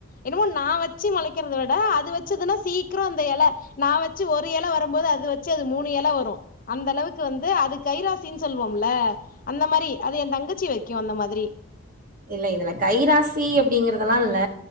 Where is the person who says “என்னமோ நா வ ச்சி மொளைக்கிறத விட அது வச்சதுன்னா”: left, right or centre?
Left